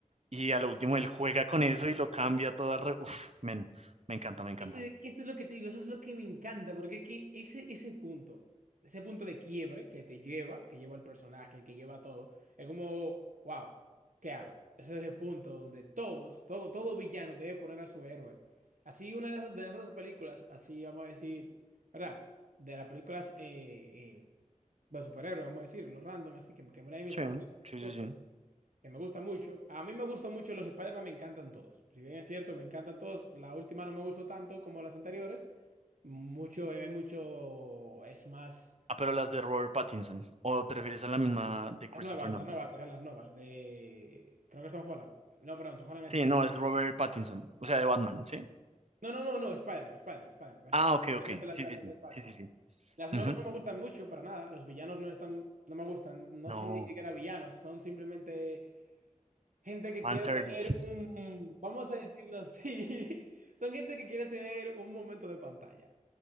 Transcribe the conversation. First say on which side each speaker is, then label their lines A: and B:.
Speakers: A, on the right; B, on the right.
A: y a lo último él juega con eso y lo cambia todo al re- Uf, men, me encanta, me encanta.
B: Ese- que eso es lo que te digo, eso es lo que me encanta, porque es que ese, ese punto, ese punto de quiebre que te lleva, que lleva al personaje, que lleva a todo, es como, wow, ¿qué hago? Ese es el punto donde todos, todo, todo villano debe poner a su héroe. Así una de esas, de esas películas, así vamos a decir, ¿verdad? De las películas eh, eh, de superhéroes, vamos a decir, los random, así que, que una de mis
A: Sí.
B: favoritas, por
A: Sí,
B: cierto
A: sí, sí.
B: que me gusta mucho. A mí me gustan mucho los Spider-Man, me encantan todos. Si bien es cierto, me encantan todos. La última no me gustó tanto como las anteriores. Mucho, eh, hay mucho, es más.
A: Ah, pero las de Robert Pattinson. ¿O te refieres a la misma de Christopher
B: Las nuevas,
A: Nolan?
B: las nuevas, dejar las nuevas. De. Creo que es Tom Holland. No, perdón, Tom Holland
A: Sí,
B: es.
A: no, es Robert Pattinson. O sea, de Batman, ¿sí?
B: No, no, no, no, Spider-Man, Spider-Man, Spider-Man. Me refiero
A: Ah, ok,
B: especialmente
A: ok.
B: a las,
A: Sí,
B: a
A: sí,
B: las
A: sí.
B: de Spider-Man.
A: Sí, sí, sí.
B: Las
A: Ujú.
B: nuevas no me gustan mucho, para nada. Los villanos no están, no me gustan. No
A: No,
B: son ni siquiera villanos, son simplemente Gente que
A: fanservice.
B: quiere tener un, vamos a decirlo así, <laughs> son gente que quiere tener un momento de pantalla.